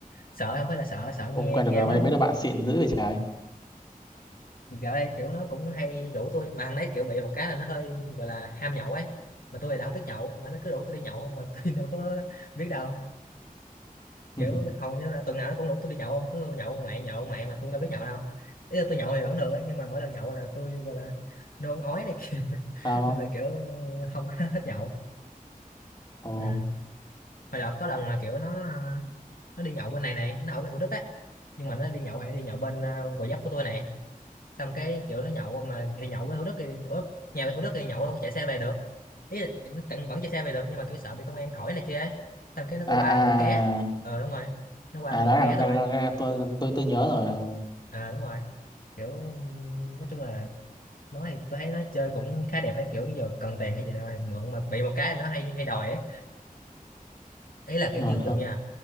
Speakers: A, on the left; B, on the left.
A: sợ không phải là sợ sợ
B: ông
A: nghe
B: quen được
A: ghê
B: ờ,
A: quá
B: mấy mấy đứa bạn xịn dữ vậy trời
A: Thì gạo đây kiểu nó cũng hay rủ tôi mà thằng đấy kiểu bị một cái là nó hơi gọi là ham nhậu ấy mà tôi thì là không biết nhậu mà nó cứ rủ tôi đi nhậu không mà <laughs> tôi đâu có biết đâu kiểu
B: <laughs>
A: hầu như là tuần nào nó cũng rủ tôi đi nhậu không cứ nhậu ông mẹ nhậu ông mẹ mà tôi đâu biết nhậu đâu ý là tôi nhậu thì vẫn được ấy nhưng mà mỗi lần nhậu là tôi gọi là nôn ói này kia <laughs>
B: sao
A: nên là kiểu không có hết nhậu
B: ồ
A: ừ. hồi đợt có lần mà kiểu nó nó đi nhậu bên này này nó ở bên Thủ Đức ấy nhưng mà nó đi nhậu hay đi nhậu bên uh, Gò Vấp của tôi này xong cái kiểu nó nhậu mà thì nhậu ở Thủ Đức thì ở nhà về Thủ Đức thì nhậu đâu có chạy xe về được ý là nó tận vẫn chạy xe về được nhưng mà kiểu sợ bị công an thổi này kia ấy. xong cái nó
B: à
A: có qua
B: à
A: ngủ ké
B: à
A: ờ đúng rồi nó qua
B: à,
A: nó ngủ
B: nói
A: ké
B: thằng
A: thôi
B: tôi tôi tôi nhớ rồi ờ
A: ờ đúng rồi kiểu nói chung là nói thì tôi thấy nó chơi cũng khá đẹp ấy kiểu giờ cần tiền hay gì đó thì mượn mà bị một cái là nó hay hay đòi ấy ý là
B: <laughs>
A: kiểu như ví dụ nha